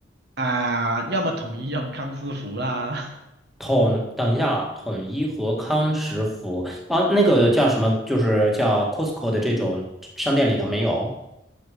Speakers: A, on the right; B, in the centre.
A: 啊、要么统一，要么康师傅啦。<laughs>
B: 统，等一下啊，统一和康师傅啊，那个叫什么？就是叫 Costco 的这种商店里头没有。